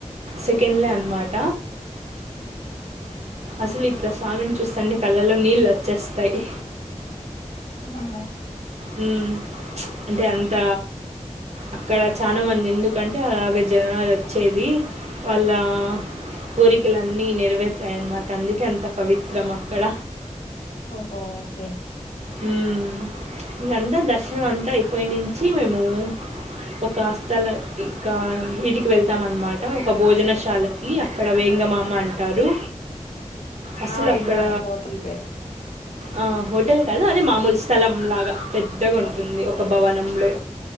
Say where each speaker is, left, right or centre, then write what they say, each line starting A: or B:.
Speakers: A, on the right; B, on the left.
A: సెకండ్లే అనమాట. అసలు ఇట్లా స్వామిని చూస్తండి కళ్ళలో నీళ్ళు వచ్చేస్తాయి.
B: ఆ
A: ఉమ్ అంటే అంత అక్కడ చాలా మంది ఎందుకంటే, అలాగ జనాలు వచ్చేది. వాళ్ళ కోరికలు అన్నీ నెరవేతాయన్నమాట. అందుకే అంత పవిత్రం. అక్కడ
B: ఓహో ఓకే
A: ఉమ్ ఇంకంతా దర్శనం అంతా అయిపోయి నుంచి మేము ఒక స్థల ఇకా ఇంటికి వెళ్తాం అన్నమాట. ఒక భోజనశాలకి అక్కడ వెంగమాంబ అంటారు. అసలు
B: ఆ! విన్నాను
A: అక్కడ
B: హోటల్ పేరు.
A: ఆ వడ్ కదా అదే మామూలు స్థలం లాగా పెద్దగా
B: ఓ
A: ఉంటుంది. ఒక భవనంలో